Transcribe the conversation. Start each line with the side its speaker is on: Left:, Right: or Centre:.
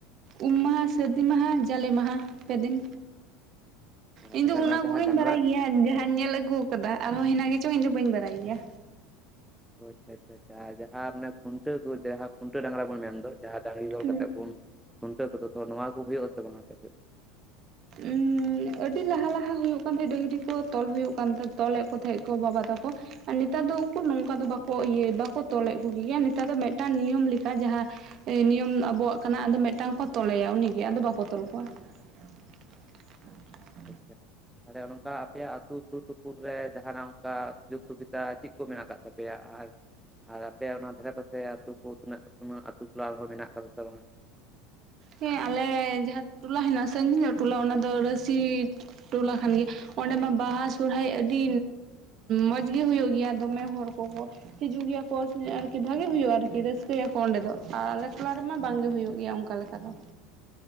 Right: ᱩᱢ ᱢᱟᱦᱟ ᱥᱟᱹᱨᱫᱤ ᱢᱟᱦᱟ ᱡᱟᱞᱮ ᱢᱟᱦᱟ ᱯᱮᱫᱤᱱ᱾ ᱤᱧ
Centre: ᱛᱟᱦᱚᱞᱮ
Right: ᱫᱚ ᱚᱱᱟ
Centre: ᱡᱟᱦᱟᱸ
Right: ᱠᱚᱜᱮᱧ
Centre: ᱰᱟᱝᱨᱟ
Right: ᱵᱟᱲᱟᱭ ᱜᱮᱭᱟ ᱡᱟᱦᱟᱸᱧ ᱧᱮᱞ ᱟᱹᱜᱩ ᱟᱠᱟᱫᱟ ᱟᱨᱦᱚᱸ ᱦᱮᱱᱟᱜ ᱜᱮᱪᱚᱝ ᱤᱧ ᱫᱚ ᱵᱟᱹᱧ ᱵᱟᱰᱟᱭ ᱜᱮᱭᱟ
Centre: ᱦᱳᱭ ᱟᱪᱷᱟ ᱟᱪᱷᱟ ᱟᱨ ᱡᱟᱦᱟᱸ ᱢᱟᱱᱮ ᱠᱷᱩᱱᱴᱟᱹᱣ ᱠᱚ ᱡᱟᱦᱟᱸ ᱠᱷᱩᱱᱴᱟᱹ ᱰᱟᱝᱨᱟ ᱵᱚᱱ ᱢᱮᱱ ᱫᱚ, ᱡᱟᱦᱟᱸ ᱰᱟᱹᱝᱨᱤ ᱛᱚᱞ
Right: ᱦᱩᱸ
Centre: ᱠᱟᱛᱮᱫ ᱵᱚᱱ ᱠᱷᱩᱱᱴᱟᱹᱣ ᱠᱚᱫᱚ ᱛᱚᱵᱮ ᱱᱚᱣᱟ ᱠᱚ ᱦᱩᱭᱩᱜ ᱟᱥᱮ ᱵᱟᱝᱟ ᱟᱯᱮᱥᱮᱫ?
Right: ᱩᱸᱻ ᱟᱹᱰᱤ ᱞᱟᱦᱟ ᱞᱟᱦᱟ ᱦᱩᱭᱩᱜ ᱠᱟᱱ ᱛᱟᱦᱮᱸᱫ ᱰᱟᱹᱝᱨᱤ ᱠᱚ ᱛᱚᱞ ᱦᱩᱭᱩᱜ ᱠᱟᱱ ᱛᱟᱦᱮᱸ ᱛᱚᱞᱮᱫ ᱠᱚ ᱛᱟᱦᱮᱸᱫ ᱠᱚ ᱵᱟᱵᱟ ᱛᱟᱠᱚ᱾ ᱟ ᱱᱮᱛᱟᱨ ᱫᱚ ᱩᱱᱠᱩ ᱱᱚᱝᱠᱟ ᱫᱚ ᱤᱭᱟᱹ ᱵᱟᱠᱚ ᱛᱚᱞᱮᱫ ᱠᱚᱜᱮᱭᱟ, ᱱᱮᱛᱟᱨ ᱫᱚ ᱢᱤᱫᱴᱟᱱ ᱱᱤᱭᱚᱢ ᱞᱮᱠᱟ ᱡᱟᱦᱟᱸ ᱮ ᱱᱤᱭᱚᱢ ᱟᱵᱚᱣᱟᱜ ᱠᱟᱱᱟ, ᱟᱫᱚ ᱢᱤᱫᱴᱟᱝ ᱠᱚ ᱛᱚᱞᱮᱭᱟ ᱩᱱᱤᱜᱮ ᱟᱫᱚ ᱵᱟᱠᱚ ᱛᱚᱞ ᱠᱚᱣᱟ᱾ <inaudible>
Centre: ᱟᱪᱷᱟ ᱪᱷᱟ ᱛᱟᱦᱚᱞᱮ ᱱᱚᱝᱠᱟ ᱟᱯᱮᱭᱟᱜ ᱟᱹᱛᱩ ᱥᱩᱨ ᱥᱩ ᱥᱩᱨ ᱨᱮ ᱡᱟᱸᱦᱟᱱᱟᱜ ᱚᱝᱠᱟ ᱥᱩᱡᱩᱜ ᱥᱩᱵᱤᱫᱟ ᱪᱮᱫ ᱠᱚ ᱢᱮᱱᱟᱜ ᱠᱟᱜ ᱛᱟᱯᱮᱭᱟ? ᱟᱨ ᱟᱨ ᱟᱯᱮ ᱚᱱᱟ ᱫᱷᱟᱨᱮ ᱯᱟᱥᱮ ᱟᱹᱛᱩ ᱠᱚ ᱛᱤᱱᱟᱹᱜ ᱩᱱᱟᱹ ᱟᱹᱛᱩ ᱴᱚᱞᱟ ᱨᱮᱦᱚᱸ ᱢᱮᱱᱟᱜ ᱠᱟᱫᱟ ᱥᱮ ᱵᱟᱝᱟ?
Right: ᱦᱮᱸ ᱟᱞᱮ ᱡᱟᱦᱟᱸ ᱴᱚᱞᱟ ᱦᱮᱸᱱᱟᱜᱼᱟ ᱥᱟᱺᱜᱤᱧ ᱧᱚᱜ ᱴᱚᱞᱟ ᱚᱱᱟ ᱫᱚ ᱨᱟᱹᱥᱤ ᱴᱚᱞᱟ ᱠᱟᱱ ᱜᱮᱭᱟ ᱚᱸᱰᱮ ᱢᱟ ᱵᱟᱦᱟ ᱥᱚᱨᱦᱟᱭ ᱟᱹᱰᱤ ᱢᱚᱡᱽ ᱜᱮ ᱦᱩᱭᱩᱜ ᱜᱮᱭᱟ ᱫᱚᱢᱮ ᱦᱚᱲ ᱠᱚ ᱠᱚ ᱦᱤᱡᱩᱜ ᱜᱮᱭᱟ ᱠᱚ ᱟᱨᱠᱤ ᱵᱷᱟᱹᱜᱤ ᱦᱩᱭᱩᱜᱼᱟ ᱟᱨᱠᱤ ᱨᱟᱹᱥᱠᱟᱹᱭᱟᱠᱚ ᱚᱸᱰᱮ ᱫᱚ, ᱟᱨ ᱟᱞᱮ ᱴᱚᱞᱟ ᱨᱮᱢᱟ ᱵᱟᱝᱜᱮ ᱦᱩᱭᱩᱜ ᱜᱮᱭᱟ ᱚᱝᱠᱟ ᱠᱟ ᱞᱮᱠᱟ ᱫᱚ᱾